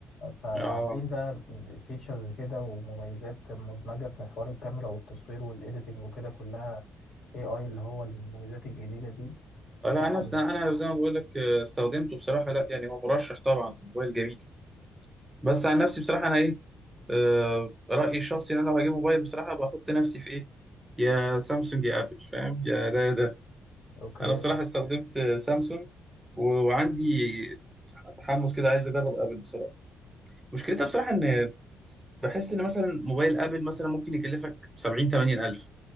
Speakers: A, on the left; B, on the right.
A: فعاملين
B: اه
A: بقى فيتشرز كده ومميزات مدمجه في حوار الكاميرا والتصوير والايديتنج وكده كلها اي اي اللي هو المميزات الجديده دي
B: آه،
A: بصراحه
B: لا انا انا زي ما بقول لك آه، استخدمته بصراحه لا يعني هو مرشح طبعا موبايل جميل بس عن نفسي بصراحة أنا إيه آه، رأيي الشخصي إن أنا لو هجيب موبايل بصراحة بحط نفسي في إيه يا سامسونج يا آبل فاهم يا ده يا ده
A: اوكي
B: أنا بصراحة استخدمت آه، سامسونج و- وعندي تحمس كده عايز أجرب آبل بصراحة مشكلتها بصراحة إن بحس إن مثلا موبايل آبل مثلا ممكن يكلفك سبعين تمانين ألف